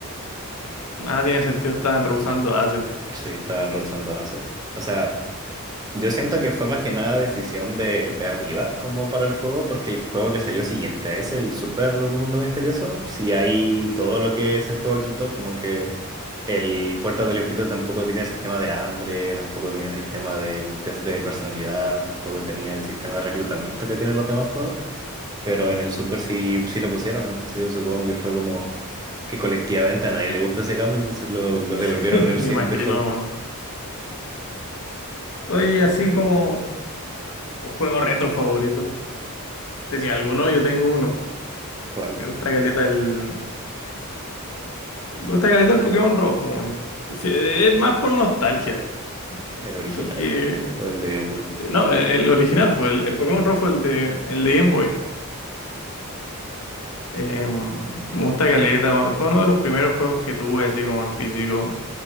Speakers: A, on the left; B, on the right.
A: Ah, tiene sentido, estaban rehusando assets.
B: Sí, estaban rozando assets. O sea, Yo siento que fue más que nada decisión de, de arriba como para el juego, porque el juego que salió siguiente es el Super Mundo Misterioso. Si hay todo lo que ese juego quitó, como que el Puerto del Ifrito tampoco tenía sistema de hambre, tampoco tenía sistema del test de personalidad, tampoco tenía el sistema de reclutamiento que tienen los demás juegos, pero en el Super sí, sí lo pusieron, entonces yo supongo que fue como que colectivamente a nadie le gustó ese cambio, entonces lo, devol- lo
A: <laughs>
B: devolvieron
A: Me
B: en el siguiente
A: imagino,
B: juego.
A: man. Oye, así como ah, juego retro favorito.
B: Ah,
A: ¿Tenía
B: zorra.
A: alguno? Yo tengo uno.
B: ¿Cuál?
A: Me gusta caleta el. Me gusta caleta el Pokémon rojo, man. Sí, es más por nostalgia.
B: ¿El original
A: Porque
B: o el de Game Boy?
A: Sí, No, eh, el original
B: Sí,
A: fue el, el Pokémon Rojo, el de, el de Game Boy. Eh, me gusta caleta, weón. Fue uno de los primeros juegos que tuve así como en físico,